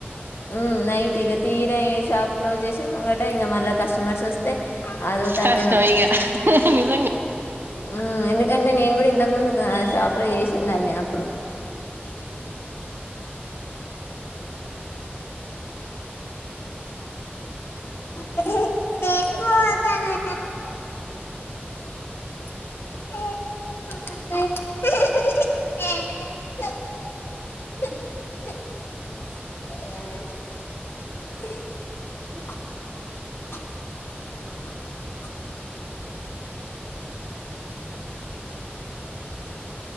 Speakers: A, on the left; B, on the right.
A: హ్మ్. నైట్ ఇగ తీయుర్. గయే షాప్. క్లోజ్ జేసే ముంగట ఇంగ మల్లక్. కస్టమర్స్ వస్తే. అదో తలకాయ
B: కష్టమే ఇగ నిజంగా.
A: హ్మ్, ఎందుకంటే నేను కూడ. ఇంతక ముందు కొన్న షాప్ జేసింది అన్యా అప్పుడు. హెహె, ఎటూ పోతలేను. <unintelligible> <inaudible> <unintelligible> <inaudible>